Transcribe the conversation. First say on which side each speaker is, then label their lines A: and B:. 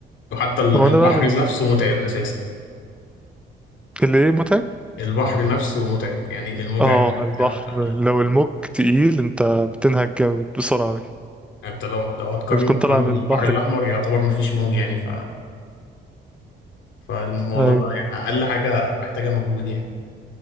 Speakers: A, on the left; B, in the centre.
A: وحتى ال-
B: هو
A: البحر
B: انا بقى من
A: نفسه متعب اساسا
B: اللي ايه متعب
A: البحر نفسه متعب يعني الموجة
B: اه
A: عالية وبتاع
B: البحر
A: ف-
B: لو الموج تقيل انت بتنهج جامد بسرعة أوي
A: انت لو لو هتقارنه
B: بتكون طالع
A: كمان
B: من
A: بالبحر
B: البحر
A: الاحمر
B: كده.
A: يعتبر مفيش موج يعني ف... فالموضوع
B: ايوه
A: يعني اقل حاجه محتاجه مجهود يعني